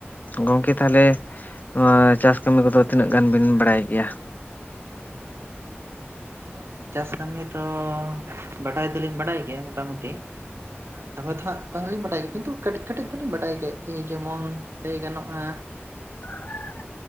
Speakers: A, on the left; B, on the right.
A: ᱜᱚᱢᱠᱮ ᱛᱟᱦᱚᱞᱮ ᱱᱚᱣᱟ ᱪᱟᱥ ᱠᱟᱢᱤ ᱠᱚᱫᱚ ᱛᱤᱱᱟᱹᱜ ᱜᱟᱱ ᱵᱤᱱ ᱵᱟᱲᱟᱭ ᱜᱮᱭᱟ?
B: ᱦᱮᱸ, ᱪᱟᱥ ᱠᱟᱹᱢᱤ ᱫᱚ ᱵᱟᱰᱟᱭ ᱫᱚᱞᱤᱧ ᱵᱟᱰᱟᱭ ᱜᱮᱭᱟ ᱢᱚᱴᱟᱢᱩᱴᱤ᱾ ᱫᱚᱢᱮ ᱫᱚᱦᱟᱸᱜ ᱵᱟᱝᱞᱤᱧ ᱵᱟᱰᱟᱭ ᱜᱮ ᱠᱤᱱᱛᱩ ᱠᱟᱹᱴᱤᱡ ᱠᱟᱹᱴᱤᱡ ᱫᱚᱞᱤᱧ ᱵᱟᱰᱟᱭ ᱜᱮᱭᱟ ᱡᱮᱢᱚᱱ ᱞᱟᱹᱭ ᱜᱟᱱᱚᱜᱼᱟ᱾
A: <inaudible>
B: ᱮ